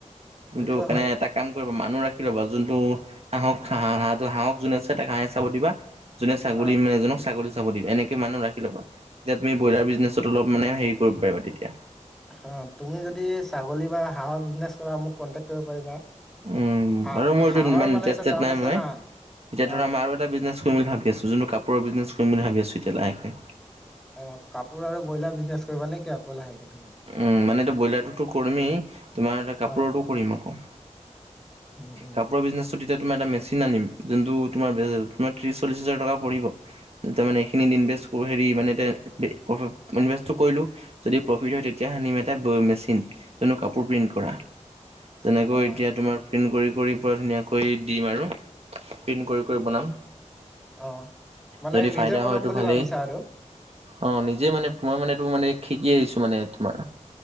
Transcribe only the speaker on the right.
তুমিতো
সেকাৰণে
এটা কাম কৰিবা মানুহ ৰাখি ল'বা যোনটো হাঁহক হা হাঁহটো হাঁহক যোনে আছে তাক হাঁহে চাব দিবা যোনে ছাগলী
মানে এজনক ছাগলী চাব দিবা এনেকে মানুহ ৰাখি
লবা তে তুমি ব্ৰইলাৰ বিজনেছত অলপ মানে হেৰি কৰিব পাৰিবা তেতিয়া
উম
বাৰু মোৰ এইটো
ইমান
ইণ্টাৰেষ্টেড
নাই
মই।
এতিয়া ধৰা
মই আৰু এটা বিজনেছ কৰিম বুলি ভাবি আছো যোনটো কাপোৰৰ বিজনেছ কৰিম বুলি ভাবিছো এতিয়া লাহেকে
উম মানেতো ব্ৰইলাৰটোতো কৰিমেই তোমাৰ এতিয়া কাপোৰৰটো
কৰিম আকৌ
কাপোৰৰ বিজনেছটো তেতিয়া তোমাৰ এটা মেচিন আনিম যোনটো তোমাৰ ত্ৰিশ চল্লিশ হাজাৰ টকা পৰিব এতিয়া মানে এইখিনিত ইনভেষ্ট হেৰি মানে এতিয়া প্ৰফ ইনভেষ্টটো কৰিলো। যদি প্ৰফিট হয় তেতিয়া আনিম এটা মেচিন কিন্তু কাপোৰ প্ৰিণ্ট কৰা যেনেকৈ
এতিয়া তোমাৰ প্ৰিণ্ট কৰি কৰি পুৰা ধুনীয়াকৈ দিম আৰু প্ৰিণ্ট কৰি কৰি বনাম
যদি ফাইদা
হয়তো
ভালেই।
অ' নিজেই মানে মই মানে এইটো মানে শিকি আহিছো মানে তোমাৰ